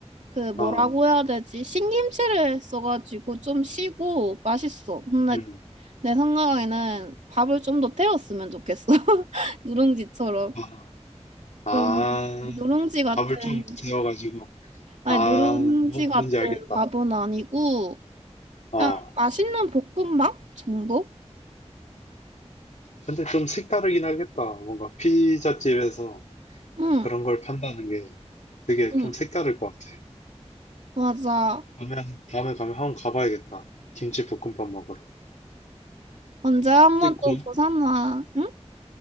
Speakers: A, on the right (about 85°); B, on the left (about 85°).
A: 그 뭐라고
B: 아,
A: 해야 되지? 신김치를 써가지고 좀 시고 맛있어. 근데
B: 음.
A: 내 생각에는 밥을 좀 더 태웠으면 좋겠어. <laughs> 누룽지처럼.
B: 아,
A: 그런
B: 아,
A: 누룽지 같은
B: 밥을 좀 재워가지고.
A: 아니
B: 아,
A: 누룽지
B: 뭐,
A: 같은
B: 뭔지 알겠다.
A: 밥은 아니고
B: 아,
A: 그냥 맛있는 볶음밥 정도?
B: 근데 좀 색다르긴 하겠다. 뭔가 피자집에서
A: 응.
B: 그런 걸 판다는 게 되게
A: 응.
B: 좀 색다를 것 같아.
A: 맞아.
B: 다음에, 한- 다음에 가면 한번 가봐야겠다. 김치볶음밥 먹으러.
A: 언제 한 번
B: 근데 고,
A: 또 부산 와. 응?